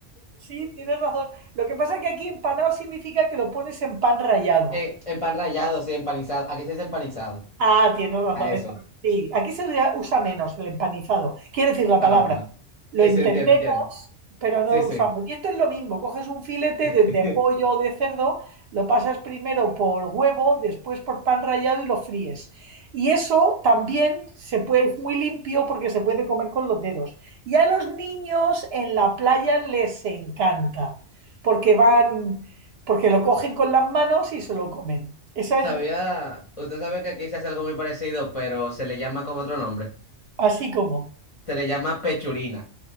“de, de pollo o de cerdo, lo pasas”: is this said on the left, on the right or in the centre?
Right